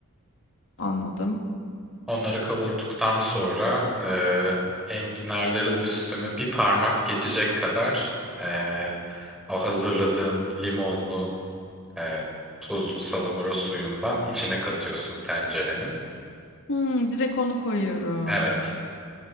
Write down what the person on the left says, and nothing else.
anladım.
Hmm, direkt onu koyuyorum.